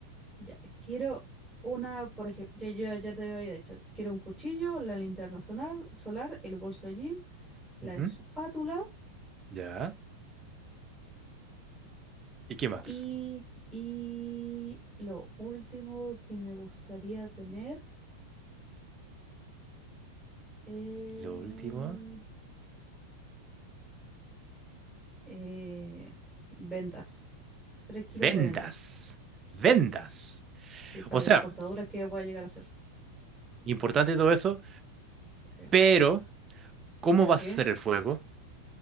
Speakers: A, in the centre; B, on the right.
A: ya. Quiero una, por ejemplo, ya, ya, ya te había dicho, quiero un cuchillo, la linterna solar, solar, el bolso de gym, la
B: Ujú,
A: espátula
B: Ya. ¿Y qué más?
A: y... Y lo último que me gustaría tener... Em,
B: Lo último.
A: eh, ventas. Tres kilos
B: Vendas.
A: de ventas. Sí,
B: Vendas.
A: sí, para
B: O sea,
A: las cortaduras que voy a llegar a hacer.
B: importante todo eso,
A: Sí.
B: pero ¿cómo
A: ¿Pero
B: vas
A: qué?
B: a hacer el fuego?